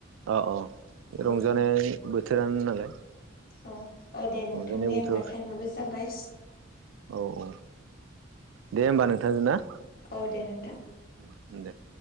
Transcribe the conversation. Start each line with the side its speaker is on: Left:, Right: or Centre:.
Right: अ अ रंजानाय
Left: उम
Right: बोथोरानो नालाय
Left: औ औ दे नोंथां
Right: रंजानाय
Left: दे
Right: बोथोर
Left: होमबा टाइमाबबो जाबाय
Right: औ औ दे होमबा नोंथां जों ना
Left: औ दे नोंथां
Right: दे